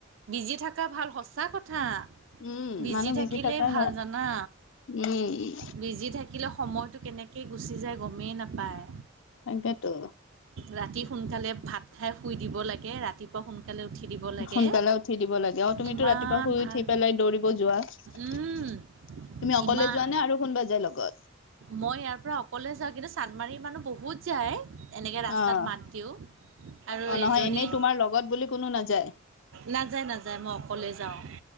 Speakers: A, on the right; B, on the left.
A: বিজি থাকা ভাল সঁচা কথা।
B: উম
A: বিজি
B: মানুহ
A: থাকিলেই
B: থাকাই
A: ভাল জানা
B: উম
A: বিজি থাকিল আহিলে সময়তটো কেনেকে গুচি যায় গমেই নাপায়।
B: তাকেটো
A: ৰাতি সোনকালে ভাত খাই শুই দিব লাগে ৰাতিপুৱা সোনকালে উঠি দিব লাগে।
B: সোনকালে উঠি দিব লাগে অ তুমিতো
A: ইমান
B: ৰাতিপুৱা শুই
A: ভাল
B: উঠি পেলাই দৌৰিব যোৱা
A: উম
B: তুমি অকলে
A: ইমান
B: যোৱা নে আৰু কোনোবা যাই লগত।
A: মই ইয়াৰ পৰা অকলে যাওঁ কিন্তু চান্দমাৰি মানহ বহুত যায়। এনেকৈ ৰাস্তাত
B: অ'
A: মাত দিওঁ আৰু
B: অ' নহয়
A: এজনী
B: এনেই তোমাৰ লগত বুলি কোনো নাযায়
A: নাযায় নাযায় মই অকলে যাওঁ